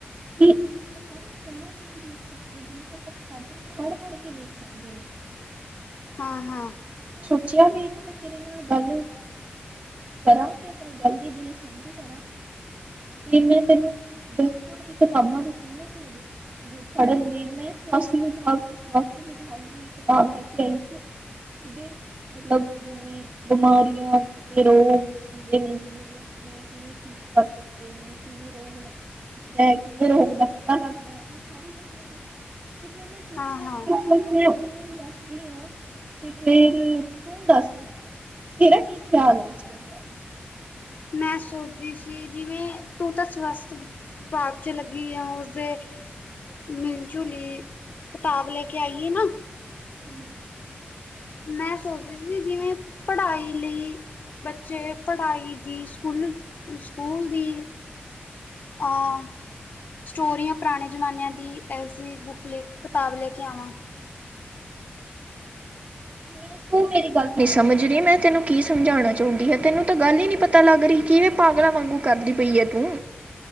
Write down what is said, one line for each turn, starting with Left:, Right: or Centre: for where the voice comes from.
Right: ਕੀ ਏਨੂੰ ਮੈ ਪਾਵਾਂ? ਫੋਨਾਂ 'ਚ ਨੀ ਵੇਖ ਸਕਦੇ, ਜਿੰਨੂੰ ਆਪਾਂ ਕਿਤਾਬਾਂ ਨੂੰ ਪੜ੍ਹ-ਪੜ੍ਹ ਕੇ ਵੇਖ ਸਕਦੇ ਨੇ।
Left: ਹਾਂ-ਹਾਂ।
Right: ਸੋਚਿਆ ਵੀ ਨਾ ਮੈਂ ਤੇਰੇ ਨਾਲ ਗੱਲ ਕਰਾਂ ਤੇ ਆਪਣੇ ਗੱਲ ਦੀ ਦਿਲ ਸਾਂਝੀ ਕਰਾਂ, 'ਤੇ ਮੈਂ ਤੈਨੂੰ ਦੱਸਾਂ ਕਿ ਕਿਤਾਬਾਂ ਦੇ ਕਿੰਨੇ ਵੀ ਮਜ਼ੇ ਪੜ੍ਹਨ ਨੀ, ਮੈਂ ਸਵਸਥ ਵਿਭਾਗ 'ਚ ਸਵਸਥ ਵਿਭਾਗ ਵੀ ਕਿਤਾਬ ਲੈ ਕੇ ਆਈ ਸੀ। ਦੇ ਮਤਲਬ, ਜਿਵੇਂ ਬਿਮਾਰੀਆਂ ਦੇ ਰੋਗ ਹੁੰਦੇ ਨੇ, ਜਿੰਨੇ ਵੀ ਅਪਨੇ ਕਿਵੇਂ ਠੀਕ ਕਰ ਸਕਦੇ ਨੇ, ਕਿਵੇਂ ਰੋਗ ਲਗ ਐ ਕਿਵੇਂ ਰੋਗ ਦਾ ਪਤਾ ਲੱਗਦੈ, ਉਹ ਸਾਰੀ ਗੱਲਾਂ ਸੀ। ਕਿਸੇ ਨੇ ਸੋਚਿਆ,
Left: ਹਾਂ-ਹਾਂ।
Right: ਮੈ ਮੇਨੂੰ ਵੀ ਓਹੀ ਦੱਸਦੀ ਐ। 'ਤੇ ਫੇਰ ਤੂੰ ਦੱਸ, ਤੇਰਾ ਕੀ ਖਿਆਲ ਏ ਇਸ ਗੱਲ ਬਾਰੇ?
Left: ਮੈਂ ਸੋਚਦੀ ਸੀ ਜਿਵੇਂ, ਤੂੰ ਤਾਂ ਸਵਸਥ ਭਾਗ 'ਚ ਲੱਗੀ ਆ ਉਸਦੇ ਮਿਲ-ਜੁਲੀ, ਕਿਤਾਬ ਲੈ ਕੇ ਆਈਏ ਨਾ?
Right: ਹੈਲੋ!
Left: ਮੈਂ ਸੋਚਦੀ ਸੀ ਜਿਵੇਂ ਪੜ੍ਹਾਈ ਲਈ ਬੱਚੇ ਪੜ੍ਹਾਈ ਦੀ, ਸਕੂਲ-ਸਕੂਲ ਦੀ
Right: <inaudible>
Left: ਆਹ, ਸਟੋਰੀਆਂ ਪੁਰਾਨੇ ਜ਼ਮਾਨਿਆਂ ਦੀ ਐ, ਰਸੀਦ ਬੁੱਕ ਲੇ, ਕਿਤਾਬ ਲੈ ਕੇ ਆਵਾਂ।
Right: ਮੈ ਤੂੰ ਮੇਰੀ ਗੱਲ ਤੇ ਸਮਝ ਰੀ, ਮੈਂ ਤੈਨੂੰ ਕੀ ਸਮਝਾਣਾ ਚਾਹੁੰਦੀ ਆ, ਤੈਨੂੰ ਤੇ ਗੱਲ ਈ ਨੀ ਪਤਾ ਲੱਗ ਰੀ, ਕਿਵੇਂ ਪਾਗਲਾ? ਵਾਂਗੂ ਕਰਦੀ ਪਈ ਏ ਤੂੰ,